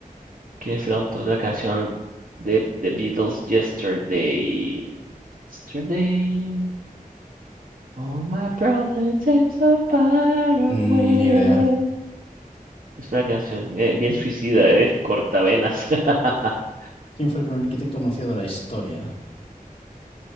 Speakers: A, on the right; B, on the left.
A: ¿Quién es el autor de la canción de The Beatles Yesterday? Yesterday. All my problems seem so far away.
B: ni idea.
A: Es una canción eh, bien suicida, eh. Cortavenas. <laughs>
B: ¿Quién fue el primer arquitecto anunciado de la historia?